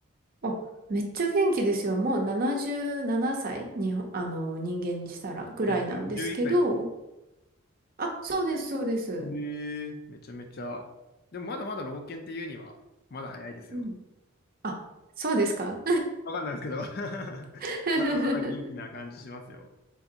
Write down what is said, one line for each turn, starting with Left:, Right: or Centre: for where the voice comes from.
Right: お、めっちゃ元気ですよ。もう77歳に、あの、人間にしたらぐらいなんですけど、
Left: じゃあ、1 1歳。
Right: あ、そうです、そうです。
Left: へえ、めちゃめちゃ。でもまだまだ老犬っていうには、まだ早いですよ。
Right: うん。あ、そうですか
Left: わかんないですけど。<laughs>
Right: <laughs>
Left: まだまだ元気な感じしますよ。